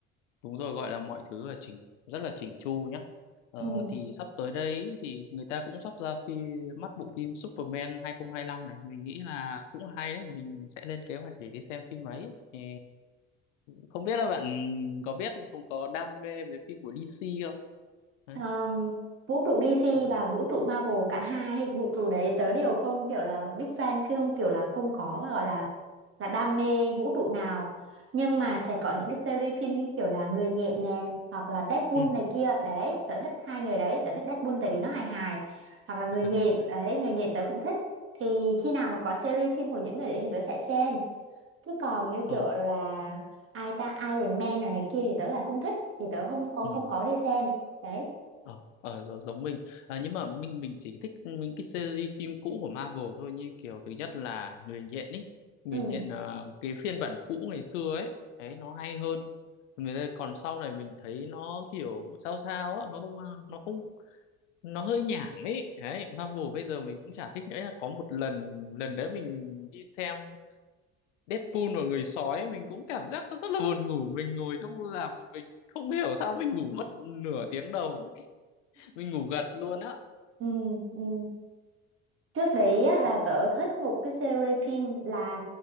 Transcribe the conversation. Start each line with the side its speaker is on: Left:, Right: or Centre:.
Left: đúng rồi gọi là mọi thứ là chỉnh rất là chỉnh chu nhá ờ,
Right: ừ.
Left: thì sắp tới đây thì người ta cũng sắp ra phim mắt bộ phim Superman 2025 này mình nghĩ là cũng hay đấy mình sẽ lên kế hoạch để đi xem phim ấy Ê, không biết là bạn có biết không có đam mê về phim của DC không đấy
Right: Ờm, vũ trụ DC
Left: ừ.
Right: và vũ trụ Marvel cả hai vũ trụ đấy tớ đều không kiểu là big fan không kiểu là không có gọi là là đam mê vũ trụ nào nhưng mà sẽ có những cái series phim như kiểu là Người nhện nè hoặc là Deadpool
Left: Ừ.
Right: này kia đấy tớ thích hai người đấy tớ thích Deadpool tại vì nó hài hài hoặc là Người
Left: <laughs>
Right: nhện đấy Người nhện tớ cũng thích thì khi nào mà có series phim của những người đấy thì tớ sẽ xem chứ còn như
Left: Ừ.
Right: kiểu là ai ta Iron Man rồi này kia thì tớ lại không thích thì tớ không còn
Left: Ừ.
Right: không có đi xem đấy
Left: ờ ờ giống giống mình à, nhưng mà mình mình chỉ thích những cái series phim cũ của Marvel thôi như kiểu thứ nhất là Người nhện ấy Người
Right: ừ
Left: nhện là cái phiên bản cũ ngày xưa ấy đấy nó hay hơn Mình thấy- còn sau này mình thấy nó kiểu sao sao á nó không nó không nó hơi nhảm ấy đấy Marvel bây giờ mình cũng chả thích nữa có một lần lần đấy mình đi xem Deadpool và người sói mình cũng cảm giác nó rất là buồn ngủ mình ngồi trong rạp và mình không hiểu sao mình ngủ mất nửa tiếng đầu mình ngủ gật luôn á
Right: ừ ừ Trước đấy á, là
Left: Không.
Right: tớ thích một cái series phim là